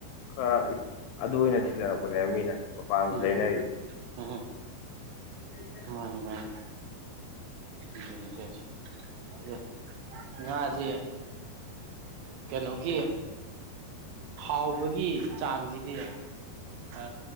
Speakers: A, on the left; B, on the right.
A: ꯈꯔ ꯏꯛ ꯑꯗꯨ ꯑꯣꯏꯅ ꯊꯤꯅꯔꯛꯄꯅꯦꯕ ꯃꯤꯅ ꯃꯄꯥꯟꯒꯤ
B: ꯎꯝ
A: ꯂꯩꯅꯔꯤꯁꯦ
B: ꯎꯝ
A: <unintelligible>
B: ꯃꯥꯅꯤ ꯃꯥꯅꯤ ꯅꯠꯇꯦ ꯅꯠꯇꯦ ꯉꯖꯤ ꯀꯩꯅꯣꯒꯤ ꯍꯥꯎꯕꯒꯤ ꯆꯥꯡꯁꯤꯗꯤ ꯑ